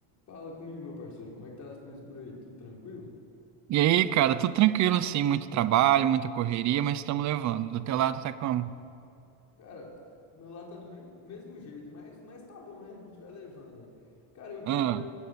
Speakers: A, on the left (about 35°); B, on the right (about 35°).
A: Fala comigo, meu parceiro, como é que tá as coisas por aí? Tudo tranquilo?
B: E aí, cara, tudo tranquilo, assim? muito trabalho, muita correria, mas estamos levando. Do teu lado tá como?
A: Cara, do meu lado tá do mesmo, mesmo jeito, mas, mas tá bom, né? A gente vai levando aí. Cara, eu queria,
B: Ah,